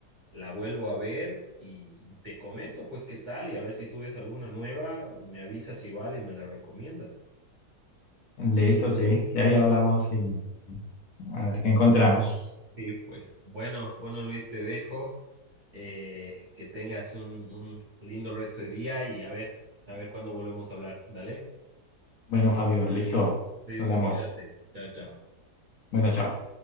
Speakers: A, on the right; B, on the left.
A: la vuelvo a ver y te comento, pues, qué tal y a ver si tú ves alguna nueva, me avisas igual y me la recomiendas.
B: Listo, sí, sí, ahí hablamos y a ver qué encontramos.
A: Sí, pues, bueno, bueno, Luis, te dejo. Eh, que tengas un, un lindo resto de día y a ver, a ver cuándo volvemos a hablar. Dale.
B: Bueno, Fabio, listo,
A: Listo,
B: hablamos.
A: cuídate. Chao, chao.
B: Bueno, chao.